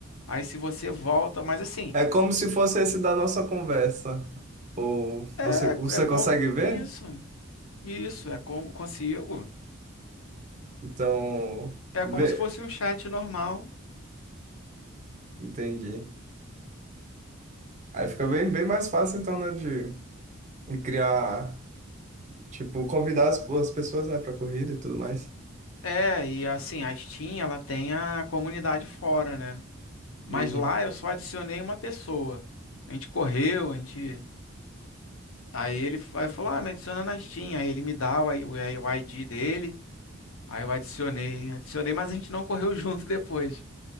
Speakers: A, on the left; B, on the right.
A: Aí se você volta, mas assim,
B: É como se fosse esse da nossa conversa. Ou
A: é,
B: você, você
A: é como
B: consegue ver?
A: isso, isso, é como consigo.
B: Então,
A: É
B: vê,
A: como se fosse um chat normal.
B: entendi. Aí fica bem, bem mais fácil, então, né, de de criar, tipo, convidar as, as pessoas, né, pra corrida e tudo mais.
A: É, e assim, a Steam, ela tem a comunidade fora, né?
B: Uhum,
A: Mas lá eu só adicionei uma pessoa. A gente correu, a gente. Aí ele fa- falou: Ah, me adiciona na Steam. Aí ele me dá o I- o I- o ID dele. Aí eu adicionei, adicionei, mas a gente não correu <laughs> junto depois.